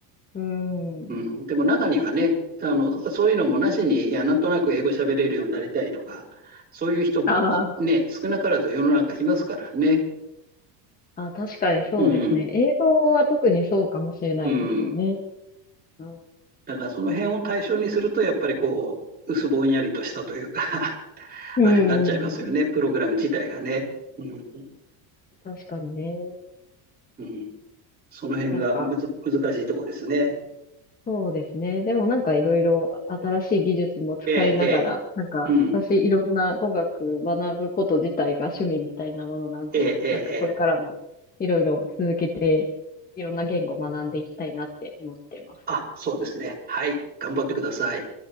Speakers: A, on the left; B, on the right.
A: うん
B: うん、でも中にはね、あの、そういうのもなしに、いや、なんとなく英語喋れるようになりたいとか、そういう人もいね、
A: あー
B: 少なからず世の中いますからね。
A: あ、確かにそうですね。
B: うん、
A: 英語は特にそうかもしれないですよね。
B: うん。
A: うん、
B: だからその辺を対象にすると、やっぱりこう、薄ぼんやりとしたというか <laughs>
A: うん、
B: あれになっちゃいますよね、
A: うん
B: プログラム自体がね。うん、
A: 確かにね。
B: うん。その辺がむず、
A: なんか、
B: 難しいところですね。
A: そうですね。でもなんかいろいろ新しい技術も使いながら、
B: ええ、ええ、
A: なんか私いろんな語学学ぶこと自体が趣味みたいなものなんで、
B: うん、ええ、ええ、
A: なんかこれからもいろいろ続けて、
B: ええ。
A: いろんな言語を学んでいきたいなって思ってます。
B: あ、そうですね。はい、頑張ってください。